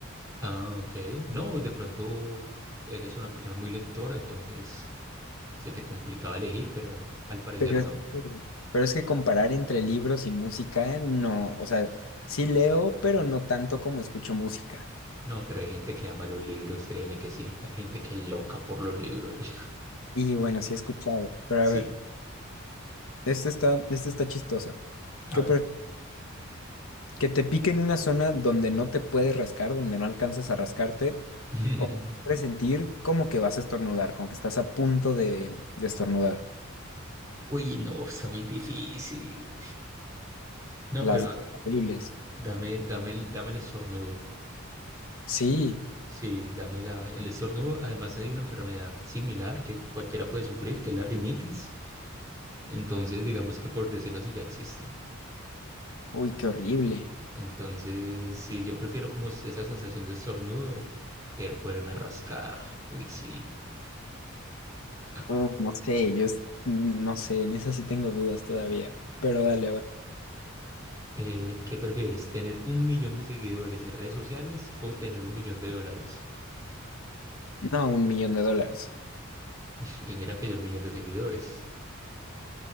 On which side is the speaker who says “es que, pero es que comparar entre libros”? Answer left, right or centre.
Left